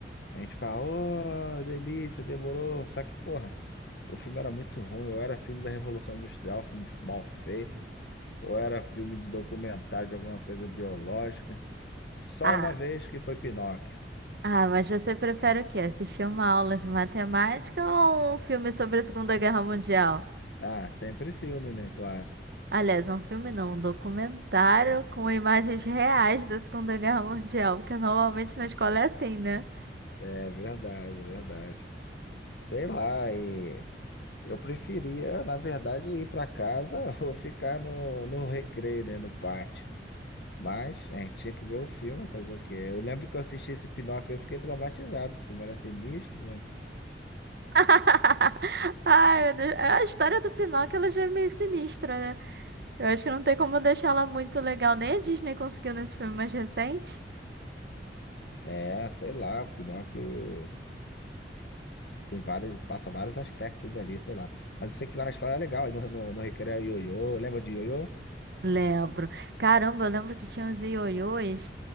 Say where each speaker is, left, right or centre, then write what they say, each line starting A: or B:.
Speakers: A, on the left; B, on the right.
A: A gente ficava, oh, delícia, demorou. Só que, porra, o filme era muito ruim. Ou era filme da Revolução Industrial, filme mal feito. Ou era filme de documentário de alguma coisa biológica. Só
B: Ah,
A: uma vez que foi Pinóquio.
B: ah, mas você prefere o quê? Assistir uma aula de matemática ou um filme sobre a Segunda Guerra Mundial?
A: Ah, sempre filme, né? Claro.
B: Aliás, um filme não, um documentário com imagens reais da Segunda Guerra Mundial, porque normalmente na escola é assim, né?
A: É verdade, é verdade. Sei lá, e eu preferia, na verdade, ir para casa <laughs> ou ficar no, no recreio, né? No pátio. Mas a gente tinha que ver o filme, fazer o quê? Eu lembro que eu assisti esse Pinóquio e fiquei traumatizado, porque o filme era sinistro, né?
B: <laughs> Ai, meu Deus. É, A história do Pinóquio ela já é meio sinistra, né? Eu acho que não tem como deixar ela muito legal. Nem a Disney conseguiu nesse filme mais recente.
A: É, sei lá, Pinóquio tem vários, passa vários aspectos ali, sei lá. Mas eu sei que lá na escola é legal, aí no, no, no recreio é ioiô, lembra de ioiô?
B: Lembro. Caramba, eu lembro que tinha os ioiôs.